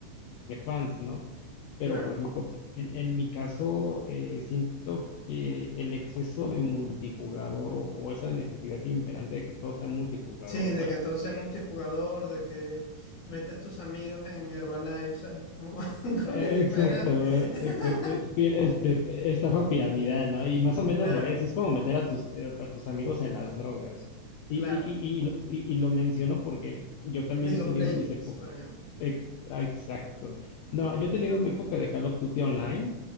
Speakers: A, on the left; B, on the left.
A: de fans, ¿no? Pero,
B: claro.
A: por ejemplo, en, en mi caso, eh, siento que el exceso de multijugador o, o esa necesidad imperante de que todo sea multijugador
B: Sí, de
A: para...
B: que todo sea multijugador,
A: eh,
B: de que metes tus amigos en Herbalife, ¿sabes? Como, <laughs>
A: eh,
B: como que si
A: exacto,
B: fuera... <laughs>
A: exacto, eh, pi- este, estafa piramidal, ¿no? Y más o menos
B: Claro,
A: lo es, es como meter a tus, eh, a tus amigos en las drogas. Y,
B: claro.
A: y, y, y, lo, y- y lo menciono porque yo también
B: League
A: he
B: of
A: tenido
B: Legends,
A: mis épocas.
B: por ejemplo.
A: eh, ah, Exacto. No, yo he tenido mi época de Call of Duty Online